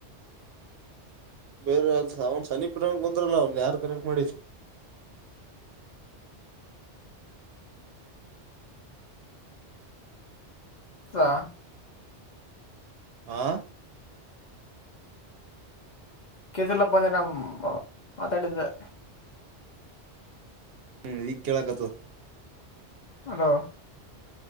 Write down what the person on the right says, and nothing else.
ಬೇರೆ ಅ ಅವ್ನ್ ಸನಿ ಪ್ರರಂಕ್ ಬಂದ್ರಲ್ಲ ಅವನ್ ಯಾರ್ ಕರಾಂಕ್ ಮಾಡಿದ
ಆ
ಹ್ಮ್ ಈಗ ಕೇಳಕ್ತ